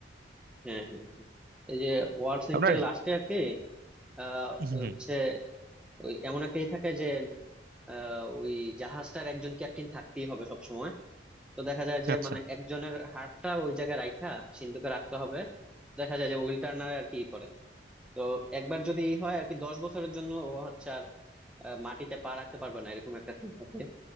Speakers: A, in the centre; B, on the right.
A: হ্যাঁ হ্যাঁ হ্যাঁ। এই যে ওয়ার সেন্টের
B: আপনার
A: লাস্টে আর কি আহ
B: হম
A: হচ্ছে ওই এমন একটা ই থাকে যে আহ, ওই জাহাজটার একজন ক্যাপ্টেন থাকতেই হবে সব সময় তো দেখা যায় যে
B: আচ্ছা
A: মানে একজনের হাড়টা ওই জায়গায় রাখা সিন্ধুকে রাখতে হবে দেখা যায় যে উইল টার্নার আর কি ই করে তো একবার যদি ই হয় আর কি দশ বছরের জন্য ও হচ্ছে আর আহ, মাটিতে পা রাখতে পারবে না এরকম একটা সিন থাকে